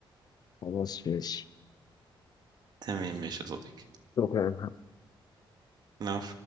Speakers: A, on the left (about 50°); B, on the right (about 50°).
A: خلاص ماشي
B: تمام ماشي يا صديقي
A: شكرا
B: نعم